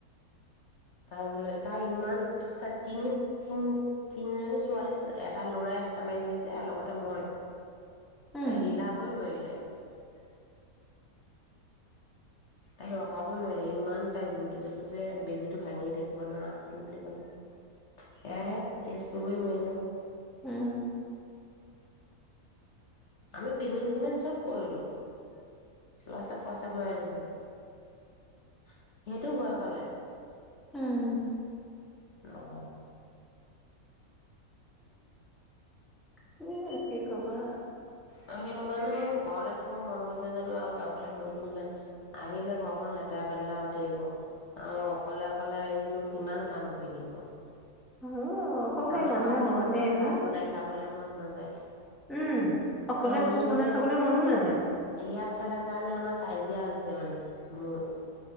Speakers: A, on the left (about 55°); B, in the centre.
A: তাই বোলে তাই ইমান তিনি তিন তিনিজনী ছোৱালী এটা লৰাই হেঁচা মাৰি ধৰিছে আৰু লগতে মই
B: উম,
A: তাই হিলাবই নোৱাৰিলো। পলেে <unintelligible> তাই ৰখাবই নোৱাৰিলে ইমান তাই জোৰ দিছে কৈছেলে বেজিটো ভাঙি থাকিব না আগটো বুলি কলে সেয়ে তেজ কৰিবই নোৱাৰিলো
B: উম
A: আমি পেমেণ্ট চিমেণ্ট চব কৰিলো ল'ৰা ছোৱীয়ে পইচা ঘূৰাই দিছে সেইটো হোৱা কালে
B: উম।
A: ন ক
B: কি আছে? কবা
A: আৰু সেইটো কাৰণে মোৰ ঘৰলৈ যাব মন গৈছে যদিও আৰু যাবলৈ মনো যান আহিলে ঘৰখন লেতেৰা ফেতেৰা হৈ থাকিব আৰু অকলে অকলে আহিনো কিমান কাম কৰি থাকিব
B: হয় অকলশৰীয়া
A: কামৰ
B: মানুহ
A: পৰা আহি
B: হয়
A: মানুহো
B: দেই ন
A: ভাত বনাই খাবলে মন নাযায়
B: উম অকলে
A: অ'
B: বস্তু
A: মোৰ মানে
B: বনাই খাবলৈ মনো
A: ইয়াত
B: নাযায়
A: থকা কাৰণে আমাৰ কাজি দিয়া হৈছে মানে মোৰ